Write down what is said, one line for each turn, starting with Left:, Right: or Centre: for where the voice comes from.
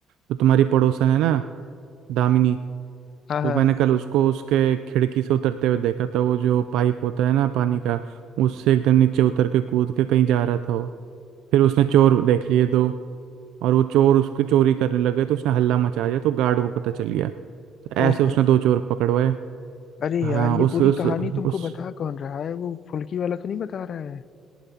Right: तो तुम्हारी पड़ोसन है ना दामिनी
Left: हाँ हाँ
Right: तो मैंने कल उसको उसके खिड़की से उतरते हुए देखा था वो जो पाइप होता है ना पानी का उससे एकदम नीचे उतर के कूद के कहीं जा रहा था वो फिर उसने चोर देख लिए दो और वो चोर उसकी चोरी करने लगे तो उसने हल्ला मचा दिया तो गार्ड को पता चल गया तो ऐसे
Left: ओहो
Right: उसने दो चोर पकड़वाए
Left: अरे
Right: हाँ
Left: यार ये
Right: उस
Left: पूरी
Right: उस
Left: कहानी
Right: उस
Left: तुमको बता कौन रहा है वो फुल्की वाला तो नहीं बता रहा है